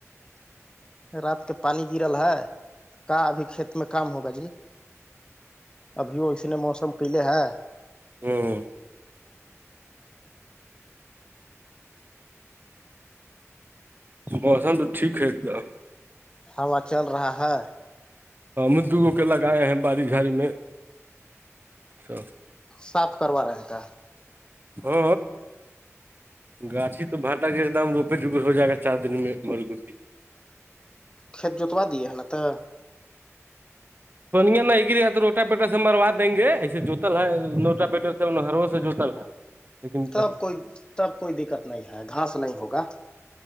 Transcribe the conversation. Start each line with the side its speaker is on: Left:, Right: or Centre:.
Left: رات کے پانی گرل ہے کا ابھی کھیت میں کام ہوگا جی ابھی ہو اس نے موسم کیلے ہے
Right: ہوں بوسم تو ٹھیک ہے تو
Left: ہوا چل رہا ہے
Right: ہ دوگو کے لگائے ہیں باڑی جھاڑی میں س
Left: صاف کروا رہے ہیں کا
Right: ہ گاچھی تو باٹا کے ایک دم روپ بگ ہو جائے گا چار دن میں مرگ بھی
Left: کھیت ج جوتوا دیے نا ت تو
Right: پنیا نہیں گرییا ہے تو روٹا بیٹر سے مروا دیں گے ایسے جوتل ہے نوٹا بیٹر سے ہرو سے جوتل ہے لیکن
Left: تب کوئی تب کوئی دقت نہیں ہے گھاس نہیں ہوگا